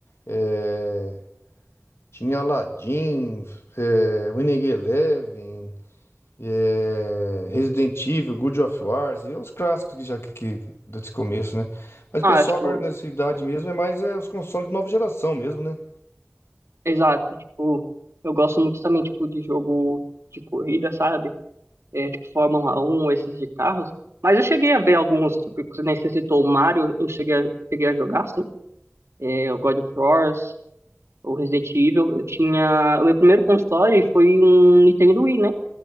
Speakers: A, on the left; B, on the right.
A: É, tinha Aladdin, é, Winning Eleven. é, Resident Evil, God of Wars, e os clássicos que já que, que- desse começo, né? Mas
B: Ah,
A: o pessoal
B: tipo,
A: agora nessa idade mesmo é mais é, os consoles de nova geração mesmo, né?
B: exato, tipo, eu gosto muito também, tipo, de jogo de corrida, sabe? É, tipo, Fórmula um esses de carros. Mas eu cheguei a ver alguns, tipo, que você nem você citou o Mario, eu cheguei a, cheguei a jogar, sim. É, o God of War, o Resident Evil. Eu tinha... O meu primeiro console foi um Nintendo Wii, né?